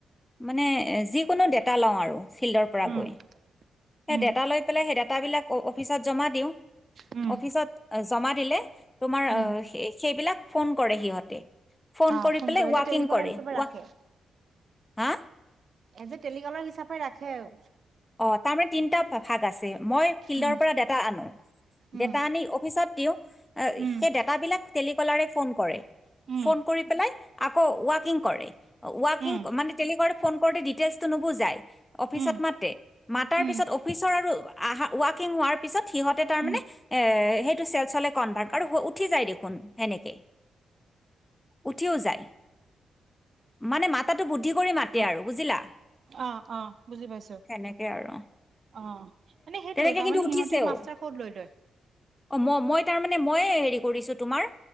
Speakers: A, on the left; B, on the right.
A: মানে যি কোনো এটা লওঁ আৰু ফিল্ডৰ পৰা
B: উম,
A: গৈ। সেই
B: উম,
A: ডাটা লৈ পেলাই সেই ডেতাবিলাক অফিচত জমা দিওঁ,
B: উম,
A: অফিচত জমা দিলে তোমাৰ
B: উম,
A: সেইবিলাক ফোন কৰে সিহঁতে, ফোন
B: অ'
A: কৰি পেলাই
B: কৰে
A: ৱাকিং
B: যে টেলিকলাৰ
A: কৰে।
B: হিচাপে ৰাখে।
A: ৱা হা?
B: এজ এ টেলিকলাৰ হিচাপে ৰাখে আৰু।
A: অ' তাৰমানে তিনিটা ভাগ আছে মই ফিল্ডৰ
B: উম,
A: পৰা ডাটা আনো,
B: উম,
A: ডাটা আনি অফিচত দিওঁ
B: উম,
A: সেই ডেতাবিলাক টেলিকলাৰে ফোন কৰে,
B: উম,
A: ফোন কৰি পেলাই আকৌ ৱাকিং কৰে। ৱাকিং
B: উম,
A: মানে টেলিকলাৰটো ফোন কৰোঁতে দি কেচটো নুবুজায়। অফিচত
B: উম,
A: মাতে। মাতাৰ
B: উম,
A: পিছত অফিচৰ আৰু ৱাকিং হোৱাৰ পিছত সিহঁতে তাৰ
B: উম,
A: মানে এ সেইটো ছেলচলে কনভাৰ্ট আৰু উঠি যায় দেখোন তেনেকে, উঠিও যায়। মানে মাতাটো বুদ্ধি কৰি মাতে
B: উম,
A: আৰু বুজিলা।
B: অ', অ' বুজি পাইছো।
A: তেনেকে আৰু,
B: অ' মানে সেইটো
A: তেনেকে
B: তাৰমানে
A: কিন্তু উঠিছেও।
B: সিহঁতি মাষ্টাৰ ক'ড লৈ লয়।
A: অঁ ম মই তাৰমানে ম ময়ে হেৰি কৰিছো তোমাৰ,